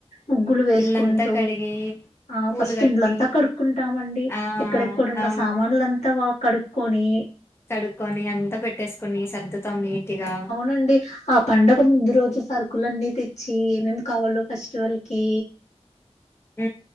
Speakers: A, on the left; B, on the left.
A: ముగ్గులు వేసుకుంటూ
B: ఇల్లంతా కడిగి
A: ఆ
B: పూలు
A: ఫస్ట్
B: కట్టి
A: ఇండ్లంతా కడుక్కుంటామండి
B: ఆ
A: ఎక్కడెక్కడున్న
B: అవును
A: సామాన్లుంతా బా కడుక్ కొని
B: తడుక్కొని అంతా పెట్టేసుకుని సర్దుతాం నీటిగా
A: నుండి ఆ పండగ ముందు రోజు సరుకుల అన్నీ తెచ్చి ఏమి ఏమి కావాలో ఫెస్టివల్ కి
B: ఊ